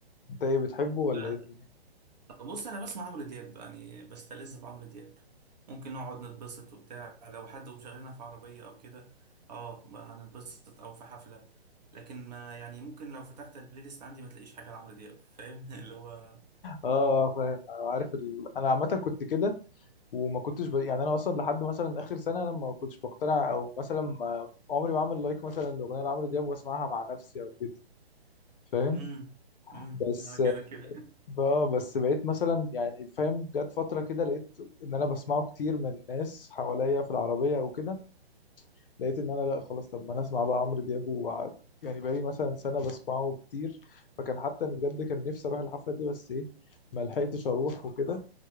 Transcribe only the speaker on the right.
لا
بص انا بسمع عمرو دياب يعني بستلذ بعمرو دياب ممكن نقعد نتبسط وبتاع لو حد مشغلنا في عربية او كده اه ما هنتبسط او في حفلة لكن ما يعني ممكن لو فتحت البلاي ليست عندي ما تلاقيش حاجة لعمرو دياب فاهم <laughs> اللي هو
امم امم
انا كده كده